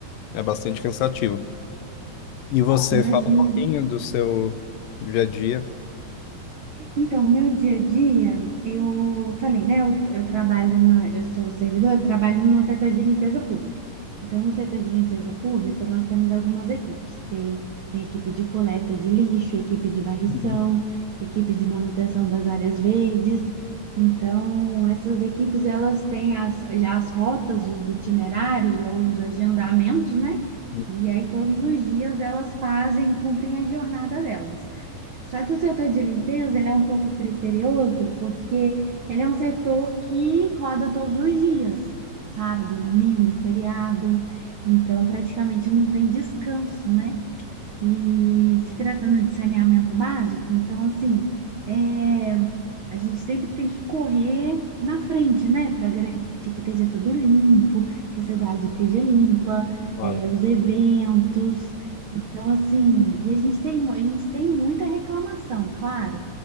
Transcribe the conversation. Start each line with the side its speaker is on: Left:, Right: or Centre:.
Left: é bastante cansativo. E você
Right: Imagino.
Left: fala um pouquinho do seu dia a dia?
Right: Então, meu dia a dia, eu falei, né? Eu, eu trabalho na, eu sou servidor, eu trabalho no setor de limpeza pública. Então, no setor de limpeza pública, nós temos algumas equipes, que tem equipe de coleta de lixo, equipe de varrição,
Left: Uhum,
Right: equipe de manutenção das áreas verdes. Então, essas equipes, elas têm as, já as rotas, os itinerários ou os agendamentos, né?
Left: uhum,
Right: E aí, todos os dias, elas fazem, cumprem a jornada delas. Só que o setor de limpeza, ele é um pouco criterioso, porque ele é um setor que roda todos os dias, sábado, domingo, feriado, então praticamente não tem descanso, né? E se tratando de saneamento básico, então assim, é, a gente sempre tem que correr na frente, né? Para garantir que esteja tudo limpo, que a cidade esteja limpa,
Left: Claro.
Right: é, os eventos. Então, assim, e a gente tem, mu- a gente tem muita reclamação, claro,